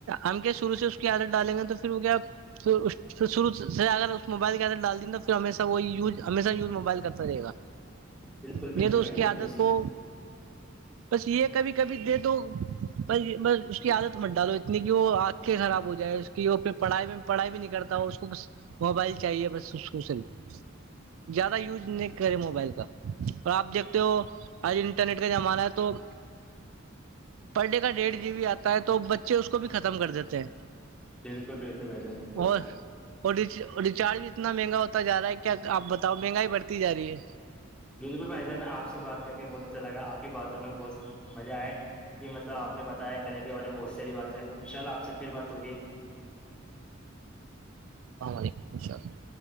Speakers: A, on the right (about 75°); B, in the centre.
A: ہم کیا شروع سے اس کی عادت ڈالیں گے تو پھر وہ کیا شروع ر اگر اس موبائل کے اندر ڈال دین گا پھرمیشہ وہ یز ہمیشہیوز موبائل کرتا رہے گا
B: بالکل بالکل
A: نہیں تو
B: بھائی
A: اس کی
B: جان
A: عادت
B: بالکل صحیح
A: کو
B: ہے
A: بس یہ کبھی کبھی دے تو ب ب اس کی عادت مت ڈالو اتنی کہ وہ خراب ہو جائے کہ پ پڑھائی میں پڑھائی بھی نہیں کرتا اس کو بس موبائل چاہیے بس اس کو صرف زیادہ یوز نہیں کرے موبائل کا اور آپ دیکھتے ہو آج انٹرنیٹ کا زمانہ ہے تو تم پر ڈے کا ڈیھ جی بی آتا ہے تو بچے اس کو بھی ختم کر دیتے ہیں
B: بالکل بالکل ب بالکل
A: اور اور ریچارج بھی اتنا مہنگا ہوتا جا رہا ہے کیا آپ بتاؤ مہنگائی بڑھتی جا رہی ہے
B: بالکل بھائی جان آپ سے بات کر کے بہت اچھا لگا آپ کی باتوں میں بہت مزہ آئے یہ مطلب آپ نے بتایا انٹرنیٹ کے بارے میں بہت ساری باتیں ان شاءلہ آپ سے پھر بات ہوگی
A: اللام علیکم السلام